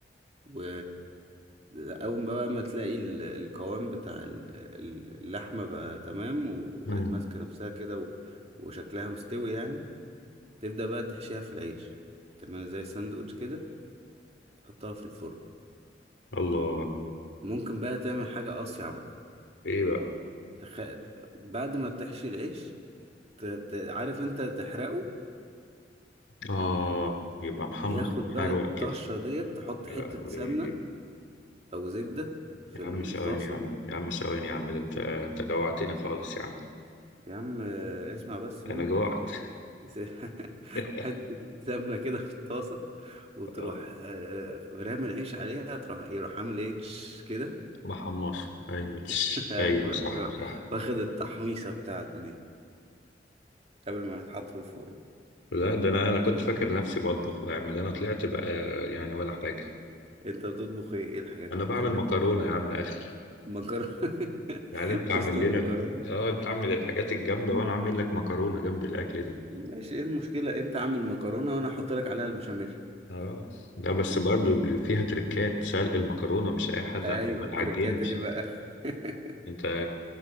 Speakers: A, on the right; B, on the left.
A: و أول بقى ما تلاقي ال- القوام بتاع ال- ال- اللحمة بقى تمام وبقت
B: امم
A: ماسكة نفسها كده و- وشكلها مستوي يعني تبدأ بقى تحشيها في العيش تعملها زي ساندوتش كده تحطها في الفرن
B: الله
A: ممكن بقى تعمل حاجة أصيع بقى
B: ايه بقى
A: تخ... بعد ما بتحشي العيش ت- ت- عارف انت تحرقه
B: اه يبقى محمص
A: ياخد
B: ومحروق
A: بقى الطشة
B: كده
A: ديت تحط
B: يا
A: حتة
B: لهوي
A: سمنة او زبدة في
B: يا
A: الطاسة
B: عم ثواني يا عم يا عم ثواني يا عم ده انت انت جوعتني خالص يا عم
A: يا عم آه، اسمع بس مني
B: انا جوعت
A: <laughs>
B: <laughs>
A: حتة سمنة كده في الطاسة وتروح
B: آه،
A: آه، رامي العيش عليها تروح يروح عامل ايه تش كده
B: محمص ايوه
A: <laughs> ايوه
B: ايوه صح
A: يروح
B: صح
A: واخد التحميصة بتاعته دي قبل ما يتحط في الفرن
B: لا ده انا انا كنت فاكر نفسي بطبخ بعمل انا طلعت بقى يعني ولا حاجه
A: انت بتطبخ ايه ايه الحاجات
B: انا
A: اللي
B: بعمل
A: بتعملها
B: مكرونه يا عم اخر
A: مكرونة <laughs>
B: يعني انت عامل
A: تسلق
B: لنا
A: مكرونة
B: ال- اه انت عامل الحاجات الجامده وانا عامل لك مكرونه جنب الاكل ده
A: ماشي ايه المشكلة انت عامل مكرونة وانا احط لك عليها البشاميل
B: اه لا بس
A: انت
B: برضو فيها تركات سلق المكرونه مش اي حد
A: ايوه
B: عشان ما تعجنش
A: تركات ايه بقى <laughs>
B: انت